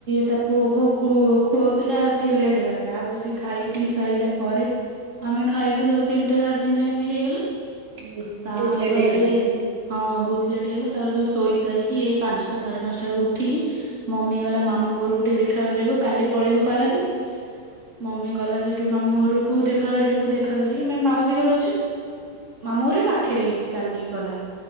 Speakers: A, on the right; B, on the right.
A: ତା ପୁଅ କୁ ଖୁ ଖୁଆଉଥିଲା ସିଏ ଲେଟ୍ ହେଲା ତାପରେ ସେ ଖାଇ
B: ହଁ।
A: ପିଇ ସାଇଲା ପରେ ଆମେ ଖାଇଲୁ ସବୁ ତିନିଟା ସାଢେ ତିନିଟା ଏମିତି ହେଇଗଲା।
B: ବହୁତ
A: ତାପରେ
B: ଲେଟ୍ ହେଇଗଲାଣି।
A: ହଁ ବହୁତ ଲେଟ୍ ହେଇଗଲା ତାପରେ ସବୁ ଶୋଇସାଇକି ଏଇ ପାଞ୍ଚଟା ସାଢେ ପାଞ୍ଚଟା ବେଳକୁ ଉଠିକି। ମମି ଗଲା ମାମୁଁ ଘରକୁ ଟିକେ ଦେଖା କରିବାକୁ କାଲି ପଳେଇବୁ ପାରାଦୀପ। ମମି ଗଲା ସେଇଠୁ ମାମୁଁ ଘରକୁ ଦେଖା କରିବାକୁ ଦେଖା କରି ଆମେ ମାଉସୀ ଘରେ ଅଛୁ। ମାମୁଁ ଘର ଏଇ ପାଖରେ ଏଇଠି ଚାଲିକି ଗଲା